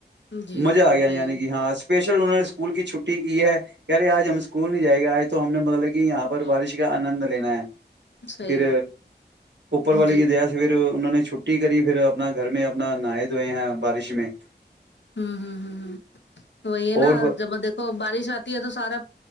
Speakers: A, on the left; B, on the right.
A: جی
B: مزہ
A: جی
B: آ گیا
A: وہی
B: یاں ہاں اسپیشل انہوں نے اسکول کی چھٹی کی ہے کہہ رہے آج ہم اسکول نہیں جائے گے آج تو ہم نے مطلب کہ یہاں پر بارش کا آنند لینا ہے
A: صحیح
B: پھر
A: بات
B: اوپر
A: ہے
B: والے
A: جی
B: کی دیا سے پھر انہوں نے چھٹی کری پھر اپنا گھر میں اپنا نہایےدھوئے ہیں بارش میں
A: ہوں ہ ہ ہ وہی ہے
B: اور
A: نا جب د <inaudible> تو بارش آتی ہے تو سارا